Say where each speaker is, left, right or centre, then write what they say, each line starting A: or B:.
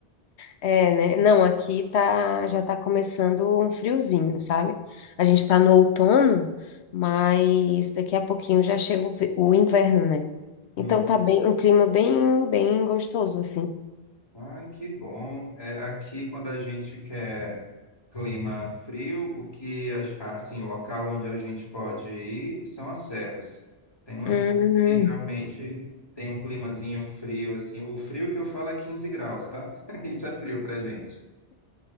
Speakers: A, on the left; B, on the left.
A: É, né? Não, aqui tá, já tá começando um friozinho, sabe? A gente tá no outono, mas daqui a pouquinho já chega o, ve- o inverno, né?
B: Hum.
A: Então tá bem, um clima bem, bem gostoso, assim.
B: Ai, que bom. É, aqui, quando a gente quer clima frio, o que, a- assim, o local onde a gente pode ir são as serras. Tem umas
A: Hum,
B: serras que realmente tem um climazinho frio, assim. O frio que eu falo é 15 graus, tá? <laughs> Isso é frio pra gente.